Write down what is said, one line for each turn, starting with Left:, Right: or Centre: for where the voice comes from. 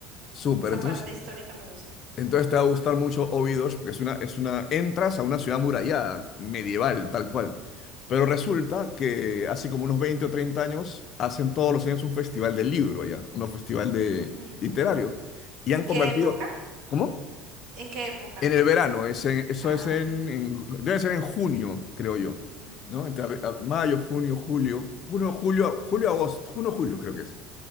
Left: Súper,
Right: Esa
Left: entonces,
Right: parte histórica me gusta.
Left: entonces te va a gustar mucho Obidos, porque es una, es una, entras a una ciudad murallada, medieval, tal cual. Pero resulta que hace como unos 20 o 30 años hacen todos los años un festival del libro allá, un festival de
Right: Ujú.
Left: literario. Y
Right: ¿Y
Left: han
Right: qué
Left: convertido,
Right: época?
Left: ¿cómo?
Right: ¿En qué época?
Left: En el verano, es en- eso
Right: Ah,
Left: es en, en- debe ser en junio, creo yo,
Right: ujú,
Left: ¿no?
Right: ujú.
Left: Entre ab- a- mayo, junio, julio, junio, julio, julio, agosto, junio, julio creo que es.